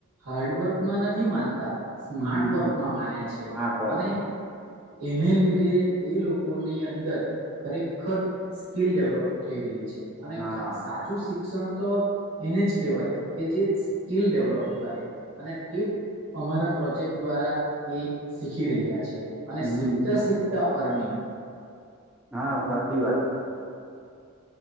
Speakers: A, on the right (about 75°); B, in the centre.
A: હાર્ડવર્કમાં નથી માનતા સ્માર્ટ
B: હમ
A: વર્કમાં માને છે
B: હા પર
A: અને એને લીધે એ લોકોની અંદર ખરેખર સ્કીિલ ડેવલોપ થઈ રહી છે અને
B: હા
A: સાચું શિક્ષણ તો એને જ કહેવાય કે જે સ્કીલ ડેવલોપ કરે અને ટીપ અમારા પ્રોજેક્ટ દ્વારા એ શીખી રહ્યા છે અને
B: હમ
A: શીખતા શીખતા <unintelligible>
B: હા સાચી વાત છે